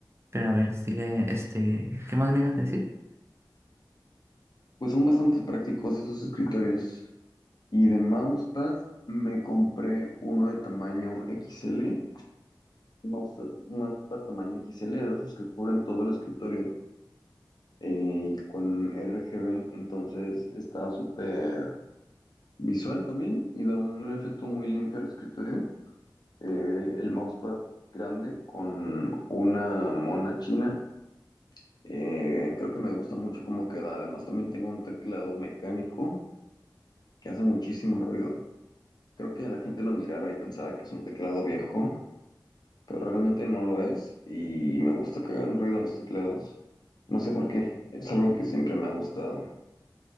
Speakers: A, on the right; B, on the left.
A: Pero a ver, sigue, este, ¿qué más me ibas a decir?
B: Pues son bastante prácticos esos escritorios. Y de mousepad me compré uno de tamaño XL un mousepad un mousepad tamaño XL, de esos que cubren todo el escritorio, eh, y con RGB, entonces está súper visual también y da un efecto muy limpio al escritorio. Eh, el mousepad grande con una mona china, eh, creo que me gusta mucho cómo queda. Además, también tengo un teclado mecánico que hace muchísimo ruido. Creo que la gente lo mirara y pensara que es un teclado viejo, pero realmente no lo es y me gusta que hagan ruido los teclados. No sé por qué, es algo que siempre me ha gustado.